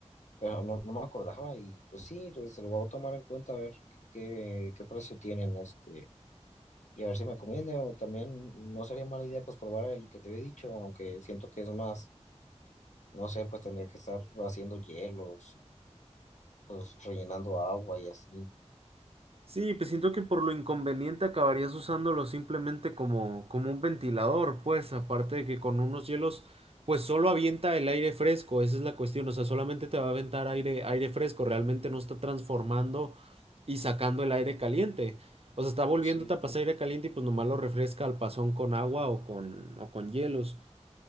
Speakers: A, on the left; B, on the right.
A: pero no, no me acordaba y pues sí, pues, se lo voy a tomar en cuenta a ver qué, qué precio tienen este. Y a ver si me conviene o también no sería mala idea pues probar el que te había dicho, aunque siento que es más No sé, pues tendría que estar haciendo hielos y pues rellenando agua y así.
B: Sí, pues siento que por lo inconveniente acabarías usándolo simplemente como, como un ventilador, pues aparte de que con unos hielos, pues solo avienta el aire fresco, esa es la cuestión, o sea, solamente te va a aventar aire, aire fresco, realmente no está transformando y sacando el aire caliente. O sea, está volviéndote
A: Sí,
B: a
A: no.
B: pasar aire caliente y pues nomás lo refresca al pasón con agua o con, o con hielos.